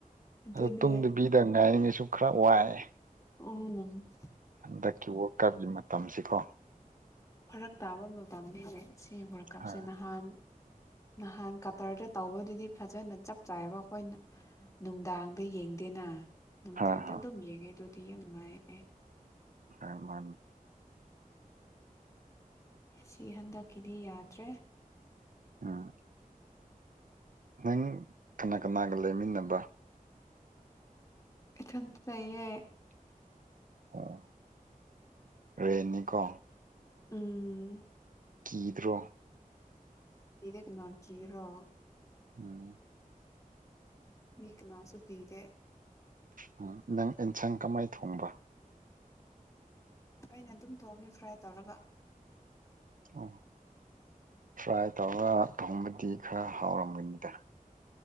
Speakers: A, on the left; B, on the right.
A: ꯑꯗꯨꯅꯦ
B: ꯑꯗꯨ ꯇꯨꯝꯗꯕꯤꯗ ꯉꯥꯏꯔꯤꯅꯦ ꯁꯨ ꯈꯔ ꯋꯥꯏ
A: ꯎꯝ
B: ꯍꯟꯗꯛꯀꯤ ꯋꯥꯀꯞꯒꯤ ꯃꯇꯝꯁꯤꯀꯣ
A: ꯐꯔꯛ ꯇꯥꯕ ꯃꯇꯝꯅꯤꯅꯦ ꯁꯤ ꯋꯥꯔꯜ ꯀꯞꯁꯦ
B: ꯍꯣꯏ
A: ꯅꯍꯥꯟ ꯅꯍꯥꯟ ꯀꯇꯔꯗ ꯇꯧꯕꯗꯨꯗꯤ ꯐꯖꯅ ꯆꯞ ꯆꯥꯏꯕ ꯑꯩꯈꯣꯏꯅ ꯅꯨꯡꯗꯥꯡꯗ ꯌꯦꯡꯗꯦꯅ ꯅꯨꯡꯊꯤꯜꯗ
B: ꯍꯣꯏ ꯍꯣꯏ
A: ꯑꯗꯨꯝ ꯌꯦꯡꯉꯦ ꯑꯗꯨꯗꯤ ꯌꯥꯝ ꯅꯨꯡꯉꯥꯏꯌꯦ
B: ꯍ ꯃꯥꯅꯤ
A: ꯁꯤ ꯍꯟꯗꯛꯀꯤꯗꯤ ꯌꯥꯗ꯭ꯔꯦ
B: ꯑꯝ ꯅꯪ ꯀꯅꯥ-ꯀꯅꯥꯒ ꯂꯩꯃꯤꯟꯅꯕ
A: ꯏꯊꯟꯇ ꯂꯩꯌꯦ
B: ꯑꯣ ꯔꯦꯅꯤꯀꯣ
A: ꯎꯝ
B: ꯀꯤꯗ꯭ꯔꯣ
A: ꯀꯤꯗꯦ ꯀꯅꯥ ꯀꯤꯒꯦꯔꯣ
B: ꯎꯝ
A: ꯃꯤ ꯀꯅꯥꯁꯨ ꯀꯤꯗꯦ
B: ꯑꯝ ꯅꯪ ꯑꯦꯟꯁꯥꯡ ꯀꯃꯥꯏ ꯊꯣꯡꯕ
A: ꯑꯩꯅ ꯑꯗꯨꯝ ꯇꯣꯕꯅꯦ ꯐ꯭ꯔꯥꯏ ꯇꯧꯔꯒ
B: ꯑꯣ ꯐ꯭ꯔꯥꯏ ꯇꯧꯔ ꯊꯣꯡꯕꯗꯤ ꯈꯔ ꯍꯥꯎꯔꯝꯒꯅꯤꯗ